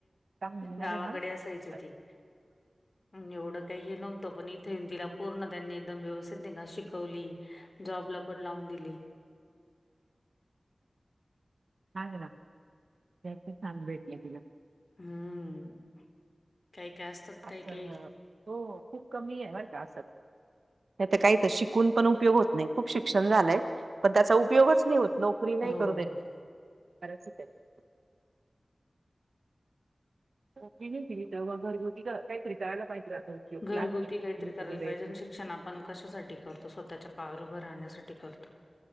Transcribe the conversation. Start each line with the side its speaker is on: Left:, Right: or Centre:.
Right: म्हणजे
Left: गावाकडे
Right: <unintelligible>
Left: असायचं ते
Right: <unintelligible>
Left: अन् एवढं काई हे नव्हतं पण इथे येऊन तिला पूर्ण त्यांनी एकदम व्यवस्थित नई का शिकवली. जॉबला पण लावून दिली.
Right: हांग ना त्यांचे छान भेटले तिला.
Left: हम्म. काय काय असतात
Right: अच्छा
Left: काही काही
Right: तो खूप कमीये बर का असत नाईतर काई त शिकून पण उपयोग होत नई खूप शिक्षण झालंय पण त्याचा उपयोगच नई होत. नोकरी नाई
Left: हो.
Right: करू देत. बराच ठीकानी् नोकरी नई केली. तेव्हा घरगुती ग काईतरी कारायला पायजे असं उद्योग
Left: घरगुती
Right: प्लास्टिक
Left: काहीतरी
Right: उग
Left: करायला
Right: क्लास वगैरे
Left: पाहिजे आणि शिक्षण आपण कशासाठी करतो स्वतःच्या पायावर उभं राहण्यासाठी करतो.